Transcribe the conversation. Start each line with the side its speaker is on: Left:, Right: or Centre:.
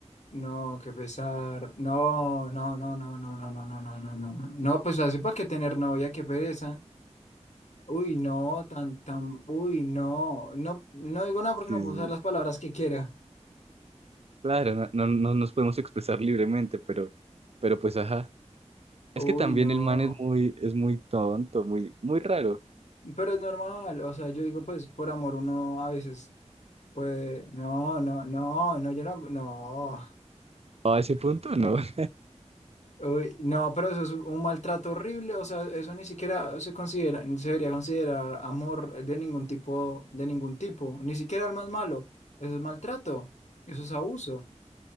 Left: No, qué pesar. No, no, no, no, no, no, no, no, no, no, no. No, pues así para que tener novia, qué pereza. Uy, no, tan, tan, uy, no. No, no digo nada porque
Right: Sí,
Left: no puedo usar las palabras que quiera.
Right: claro, no, no, no nos podemos expresar libremente, pero, pero pues ajá. Es
Left: Uy,
Right: que también
Left: no.
Right: el man es muy, es muy tonto, muy, muy raro.
Left: Pero es normal. O sea, yo digo, pues, por amor uno a veces puede. No, no, no, no, yo no, no.
Right: A ese punto no. <laughs>
Left: Uy, no, pero eso es un maltrato horrible, o sea, eso ni siquiera se considera, ni se debería considerar amor de ningún tipo, de ningún tipo, ni siquiera el más malo. Eso es maltrato, eso es abuso.